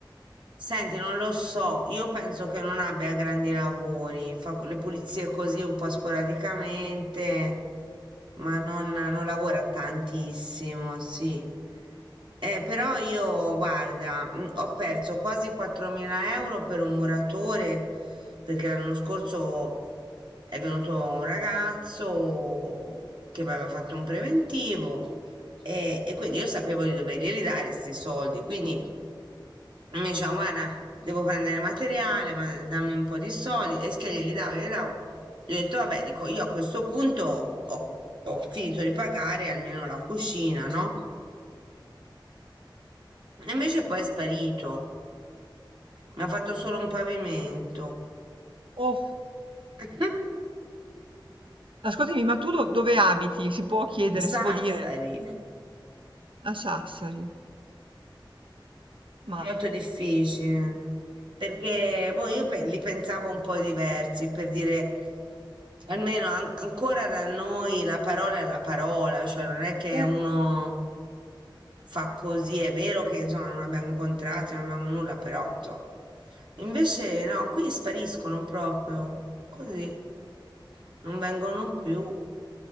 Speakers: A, on the right; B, on the right.
A: Senti, non lo so, io penso che non abbia grandi lavori, fa co- le pulizie così un po' sporadicamente, ma non, non lavora tantissimo, sì. Eh, però io, guarda, mm, ho perso quasi 4.000 euro per un muratore, perché l'anno scorso è venuto un ragazzo che mi aveva fatto un preventivo e, e quindi io sapevo di doverglieli dare questi soldi, quindi mi diceva, guarda, devo prendere materiale, ma dammi un po' di soldi, e che glieli davo, glieli davo. Gli ho detto, vabbè, dico, io a questo punto ho, ho finito di pagare almeno la cucina, no? E invece poi è sparito, mi ha fatto solo un pavimento.
B: Oh,
A: <laughs>
B: ascoltami, ma tu do- dove abiti? Si può chiedere, si
A: Sassari.
B: può dire? A Sassari. Ma,
A: Molto difficile, perché boh, io pe- li pensavo un po' diversi, per dire, almeno an- ancora da noi la parola è la parola, cioè non è che
B: eh,
A: uno fa così, è vero che insomma non abbiamo contratti, non abbiamo nulla, però insomma. Invece no, qui spariscono proprio, così, non vengono più